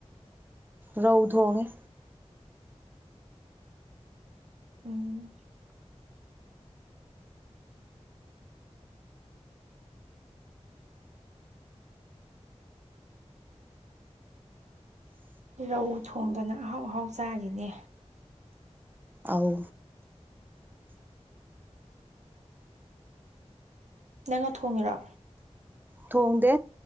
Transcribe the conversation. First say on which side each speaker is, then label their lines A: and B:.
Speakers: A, on the right; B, on the right.
A: ꯔꯧ ꯊꯣꯡꯉꯦ
B: ꯎꯝ ꯔꯧ ꯊꯣꯡꯗꯅ ꯑꯍꯥꯎ ꯑꯍꯥꯎ ꯆꯥꯔꯤꯅꯦ
A: ꯑꯧ
B: ꯅꯪꯅ ꯊꯣꯡꯉꯤꯔꯣ
A: ꯊꯣꯡꯗꯦ